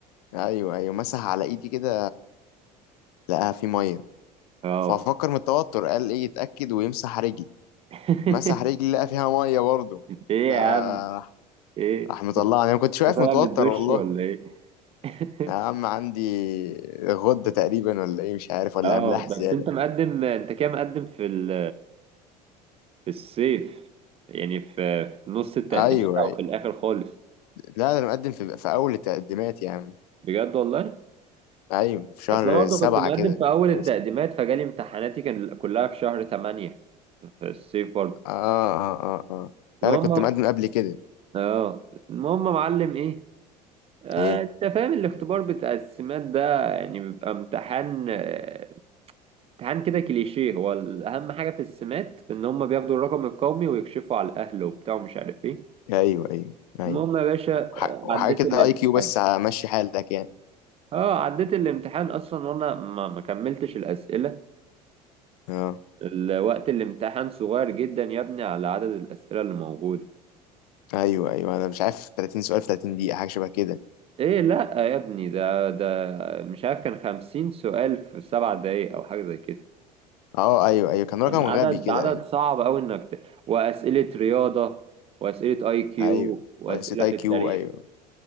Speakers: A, on the left; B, on the right.
A: ايوه ايوه مسح على ايدي كده لقاها في ميه
B: اه
A: فافكر من التوتر قال ايه يتاكد ويمسح رجلي
B: <laughs>
A: مسح رجلي لقى فيها ميه برضه
B: ايه
A: فراح
B: يا عم ايه
A: راح مطلعني انا كنت واقف
B: ده طالع
A: متوتر
B: من الدش
A: والله
B: ولا ايه <laughs>
A: يا عم عندي غده تقريبا ولا ايه مش عارف ولا
B: اه
A: املاح
B: بس
A: زياده
B: انت مقدم انت كده مقدم في ال... في الصيف يعني في... في نص التقديمات
A: ايوه
B: او
A: أيوة.
B: في الاخر خالص
A: لا ده انا مقدم في, في اول التقدمات يا عم
B: بجد والله
A: ايوه في شهر
B: اصل انا برضه
A: سبعة
B: كنت مقدم
A: كده
B: في اول التقديمات
A: شهر ستة.
B: فجالي امتحاناتي كان كلها في شهر 8 في الصيف برضه
A: اه اه اه اه
B: المهم
A: لا انا كنت مقدم قبل كده
B: اه المهم يا معلم ايه آه،
A: ايه
B: انت فاهم الاختبار بتاع السمات ده يعني بيبقى امتحان آه، امتحان كده كليشيه هو اهم حاجه في السمات ان هم بياخدوا الرقم القومي ويكشفوا على الاهل وبتاع ومش عارف ايه
A: ايوه ايوه ايوه
B: المهم يا باشا
A: وح-
B: آه،
A: وحاجه
B: عديت
A: كده
B: الامتحان
A: اي كيو بس ماشي حالك يعني
B: اه عديت الامتحان اصلا وانا ما ما كملتش الاسئله
A: اه
B: ال- وقت الامتحان صغير جدا يا ابني على عدد الاسئله اللي موجوده
A: ايوه ايوه انا مش عارف 30 سؤال في 30 دقيقة حاجة شبه كده
B: ايه لا يا ابني ده ده مش عارف كان خمسين سؤال في سبع دقايق او حاجه زي كده
A: اه ايوه ايوه كان رقم
B: كان عدد
A: غبي كده
B: عدد
A: ايوه
B: صعب قوي انك ت... واسئله رياضه واسئله اي كيو
A: ايوه
B: واسئله
A: وقيسة اي
B: في
A: كيو
B: التاريخ
A: ايوه